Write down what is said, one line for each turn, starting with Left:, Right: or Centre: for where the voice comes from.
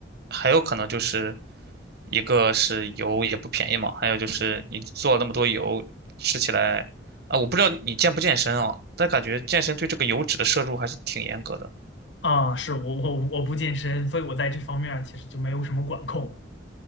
Right: 还有可能就是一个是油也不便宜嘛，还有就是你做了那么多油，吃起来啊，我不知道你健不健身啊，但感觉健身对这个油脂的摄入还是挺严格的。
Left: 啊，是我我我不健身，所以我在这方面儿其实就没有什么管控。